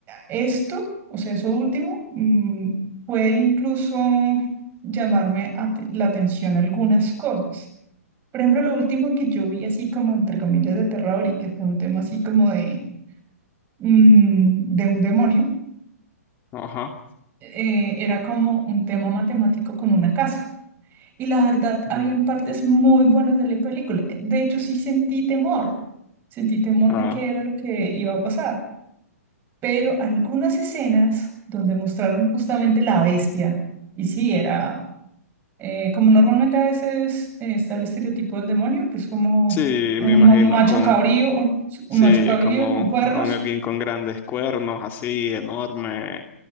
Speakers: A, on the right (about 25°); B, on the left (about 25°).
A: esto, o sea, eso último, mm, puede incluso llamarme ate- la atención algunas cosas. Por ejemplo, lo último que yo vi así como entre comillas de terror y que fue un tema así como de, mm, de un demonio,
B: Ajá.
A: eh, era como un tema matemático con una casa. Y la verdad, habían
B: Mm,
A: partes muy buenas de la película. De hecho, sí sentí temor. Sentí temor
B: Ah,
A: de qué era lo que iba a pasar. Pero algunas escenas donde mostraron justamente la bestia, y sí, era eh, como normalmente a veces eh, está el estereotipo del demonio, que es como
B: sí,
A: un
B: me imagino
A: ma- macho
B: con,
A: cabrío, un
B: sí,
A: macho cabrío
B: como
A: con cuernos.
B: con alguien con grandes cuernos, así enorme